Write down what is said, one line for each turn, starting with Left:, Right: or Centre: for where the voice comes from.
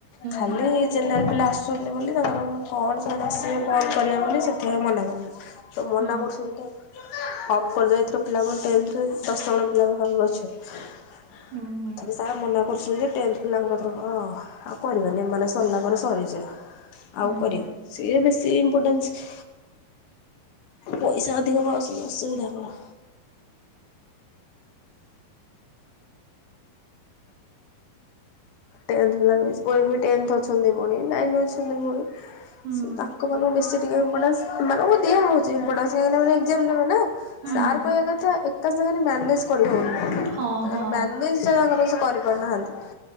Left: ଖାଲି
Right: ହୁଁ
Left: ଜେନେରାଲ୍ ପିଲା ଆ <unintelligible> ବୋଲି ତାଙ୍କର କଣ ସେମାନେ ଆସିବେ କଣ କରିବା ବୋଲି ସେଥିପାଇଁ ମନେ କଲେ। ତ ମନା
Right: ହୁଁ ହୁଁ
Left: କରୁୁସନ୍ତି ତ। ଅଫ୍ କରିଦେବେ ଏଥର ପିଲା କଣ ଟେନଥ୍ ରେ ଦଶ ଜଣ ପିଲା ପାଖାପାଖି ଅଛନ୍ତି
Right: ହୁଁ ହୁଁ।
Left: ତଥାବି ସାର୍ ମନା କରୁଛନ୍ତି ଯେ ଟେନଥ୍ ପିଲାଙ୍କୁ ଏଥରକ ଆଉ। କରିବେନି ମାନେ ସରଲା ପରେ ସରିଯା।
Right: ହୁଁ
Left: ଆଉ କରିବେ
Right: ହୁଁ ହୁଁ
Left: ସିଏ ବେଶୀ ଇମ୍ପୋର୍ଟାନ୍ସ। ପଇସା ଅଧିକ ପାଉସୁନ୍ତି ଅସୁବିଧା କଣ। ଟେନ୍ଥ ପିଲା ବି ଓ ଏ ଭି ଟେନ୍ଥ ଅଛନ୍ତି ପୁଣି ନାଇନ୍ ଅଛନ୍ତି ପୁଣି।
Right: ହୁଁ ହୁଁ
Left: ସେ ତାଙ୍କ ମାନଙ୍କୁ ବେଶୀ ଟିକେ ଇମ୍ପୋଟାନ୍ସ। ଏମାନଙ୍କୁ ଦିଆ ହଉଛି ଇମ୍ପୋଟାନ୍ସ ସେମାନେ ଆମର ଏକ୍ଜାମ ଦେବେ ନା।
Right: ହୁଁ
Left: ସାର୍ କହିବା କଥା ଏକା ସାଙ୍ଗରେ ମ୍ୟାନେଜ୍ କରି ହଉନି।
Right: ହଁ
Left: ତାଙ୍କର
Right: ହଁ
Left: ମ୍ୟାନେଜ୍ ଟା ତାଙ୍କର ସେ କରିପାରୁନାହାନ୍ତି।